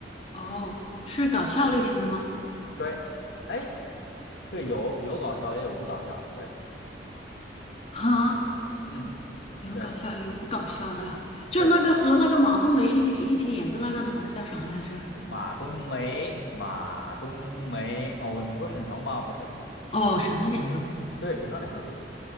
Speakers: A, on the left; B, on the left.
A: 哦，是搞笑类型的吗？
B: 对，哎，对，有有搞笑也有不搞笑的，对，
A: 啊？
B: 嗯，
A: 有搞笑有不搞笑的，
B: 对
A: 就是那个和那个马冬梅一起一起演的那个男的叫啥来着？
B: 对，马冬梅，马冬梅，哦，你说沈腾吗？不是，
A: 哦，沈腾两个字，
B: 对，沈腾两个字。